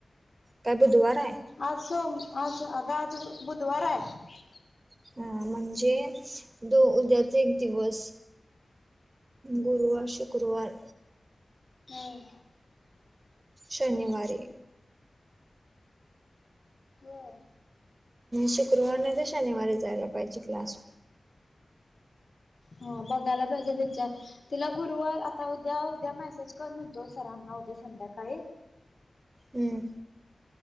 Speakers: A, on the right (about 40°); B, on the left (about 55°).
A: काय बुधवार हाय?
B: आज सो, आज आग आज बुधवार आहे.
A: हा म्हणजे दो उद्याचा एक दिवस. गुरुवार-शुक्रवार.
B: हम.
A: शनिवारी.
B: होय
A: शुक्रवार नाही तर शनिवारी जायला पाहिजे क्लास
B: हा बघायला पाहिजे विचार, तिला गुरुवार आता उद्या-उद्या मेसेज कर म्हणतो सरांना उद्या. संध्याकाळी.
A: हम्म.